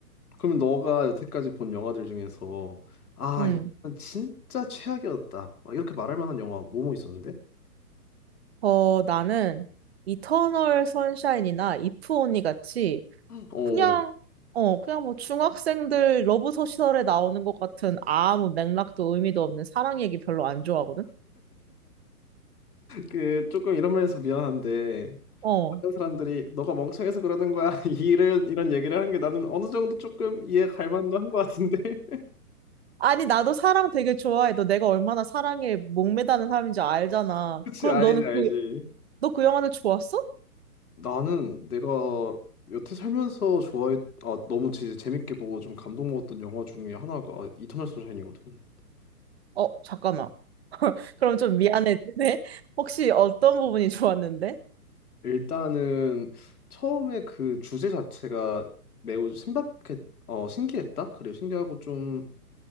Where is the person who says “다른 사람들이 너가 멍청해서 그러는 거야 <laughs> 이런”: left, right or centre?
Left